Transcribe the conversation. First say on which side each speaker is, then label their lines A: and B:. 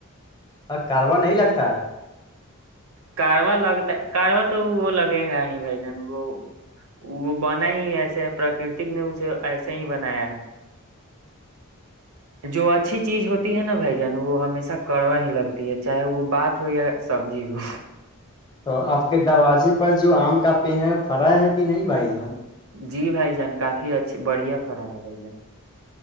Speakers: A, on the left; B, on the right.
A: ا کاروار نہیں لگتا ہے
B: کارواں لگتا ہے کارواں تو وہ لگے گا ہی بائی جان کو وہ بنا ہی ایسے پراکرتک نے اسے ایسا ہی بنایا ہے جو اچھی چیز ہوتی ہے نا بھائی جان وہ ہمیشہ کڑوا ہی لگتی ہے چاہے وہ بات ہو یا سبزی ہو
A: تو آپ کے دروازے پر جو آم کا پے ہے وہ پڑا ہے کہ نہیں بھائی جان
B: جی بھائی جان کافی اچھے بڑھیا پڑا ہے بھائی جان